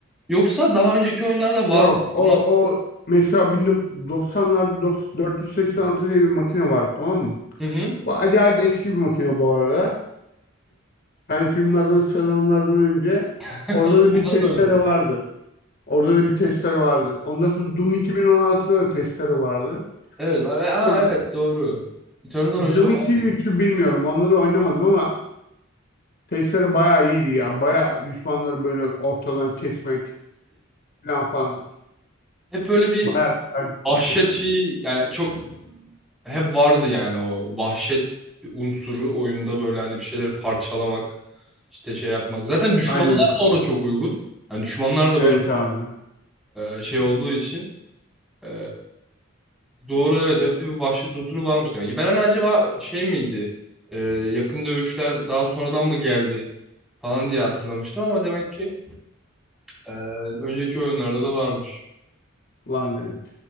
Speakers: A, in the centre; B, on the left.
A: Yoksa daha önceki oyunlarda var
B: Yok
A: mı? Ona...
B: o o mesela 1990'larda 486 diye bir makine vardı tamam mı?
A: Hı hı.
B: Bu acayip eski bir makine bu arada. Pentium'lardan, Celeron'lardan önce
A: <laughs>
B: orada da
A: Ondan
B: bir testere
A: da önce.
B: vardı. Orada da bir testere vardı. Ondan sonra Doom 2016'da da testere vardı.
A: Evet. Aa,
B: Tabii
A: evet doğru. Eternal'dan önce
B: Doom
A: vardı.
B: 2 ile 3'ü bilmiyorum. Onları oynamadım ama testere bayağı iyiydi ya. Bayağı düşmanları böyle ortadan kesmek falan falan.
A: Hep böyle bir
B: Bayağı güzel bir
A: vahşet
B: şeydi yani.
A: şeyi yani çok hep vardı yani o vahşet unsuru oyunda böyle hani bir şeyleri parçalamak işte şey yapmak. Zaten düşmanlar
B: Aynen.
A: da ona çok uygun. Hani düşmanlar da
B: Evet
A: böyle
B: abi.
A: e, şey olduğu için e, doğru evet hep bir vahşet unsuru varmış demek ki. Ben hani acaba şey miydi e, yakın dövüşler daha sonradan mı geldi falan diye hatırlamıştım ama demek ki e, önceki oyunlarda da varmış.
B: Vardı evet.